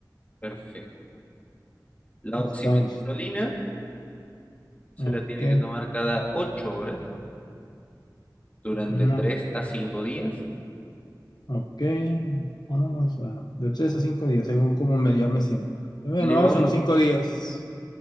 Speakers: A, on the left; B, on the left.
A: Perfecto. La oximetazolina
B: estamos,
A: se
B: ok,
A: la tiene que tomar cada ocho horas. durante
B: no,
A: tres a cinco días.
B: ok, vámonos a, de tres a cinco días, según cómo me, ya me sienta. Ok, Bueno,
A: Le
B: vamos
A: vamos,
B: a los cinco días.